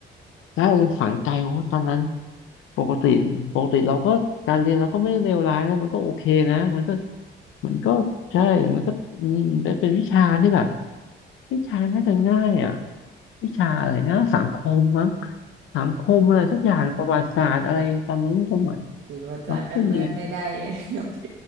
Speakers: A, on the left (about 80°); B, on the right (about 70°).
A: ใช่มันฝังใจโอ้ตอนนั้นปกติปกติเราก็การเรียนเราก็ไม่ได้เลวร้ายนะ มันก็โอเคนะมันก็มันก็ใช่ มันก็อืมได้เป็นวิชาที่แบบวิชาน่าจะง่ายอ่ะวิชาอะไรนะสังคมมั้งสังคมอะไรสักอย่างประวัติศาสตร์อะไรตอนนั้นสมัย
B: อืมค่ะขี่ประจัดการเมืองได้ๆ
A: เราก็ไปเรียน
B: <laughs> โอเค